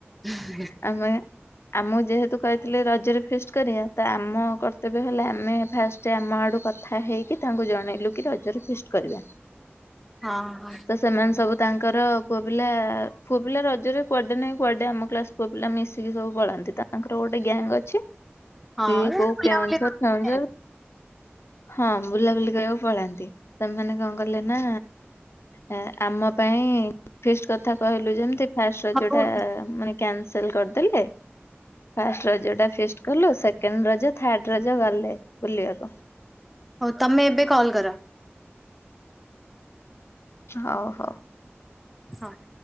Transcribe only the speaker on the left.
ଆମେ ଆମକୁ ଯେହେତୁ କହିଥିଲେ ରଜରେ ଫିଷ୍ଟ କରିବା ତ ଆମ କର୍ତ୍ତବ୍ୟ ହେଲେ ଆମେ ଫାଷ୍ଟ ସୋଆମ ଆଡ଼ୁ କଥା ହେଇକି ତାଙ୍କୁ ଜଣେଇଲୁ କି ରଜରେ ଫିଷ୍ଟ କରିବା
ତ ସେମାନେ ସବୁ ତାଙ୍କର ପୁଅ ପିଲା ପୁଅ ପିଲା ରଜରେ କୁଆଡ଼େ ନାହିଁ କୁଆଡ଼େ ଆମ କ୍ଲାସ୍ ପୁଅ ପିଲା ମିଶିକି ସବୁ ପଳାନ୍ତି ତା ତାଙ୍କର ଗୋଟେ ଗ୍ୟାଙ୍ଗ ଅଛି।
ସିଏ କୋଉ
କେଉଁଝର
ରାମଯଲ
ହଁ ହୁଁ। ବୁଲାବୁଲି କରିବାକୁ ପଳାନ୍ତି ସେମାନେ କଣ କଲେ ନା ଆ ଆମ ପାଇଁ ଫିଷ୍ଟ କଥା କହିଲୁ ଯେମିତି ଫାଷ୍ଟ ରଜ
ଟା ମାନେ କ୍ୟାନସଲେ କରିଦେଲେ। ଫାଷ୍ଟ ରଜ ଟା ଫିଷ୍ଟ୍ କଲୁ ସେକେଣ୍ଡ ରଜ ଥାଡ଼େ ରଜ ଗଲେ ବୁଲିବାକୁ।
ହଉ ହଉ।